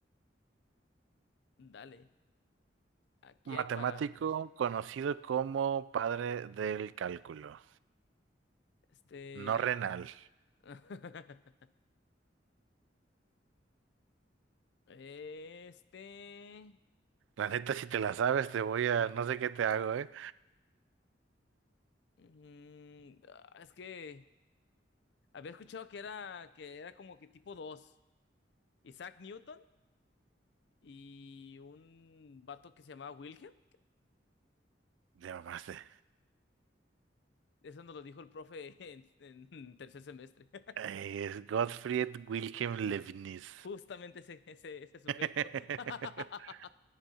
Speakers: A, on the left; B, on the right.
A: Dale, aquí
B: Matemático
A: hay para aventar. sí.
B: conocido como padre del cálculo,
A: Este...
B: no renal.
A: <laughs> Este...
B: La neta, si te la sabes, te voy a... No sé qué te hago, ¿eh?
A: mm, ah, es que... Había escuchado que era, que era como que tipo dos. Isaac Newton y un vato que se llamaba Wilhelm.
B: Te mamaste.
A: Eso nos lo dijo el profe <laughs> en, en tercer semestre. <laughs>
B: Eh, es Gottfried Wilhelm Leibniz.
A: Justamente ese, ese, ese sujeto.
B: <laughs>
A: <laughs>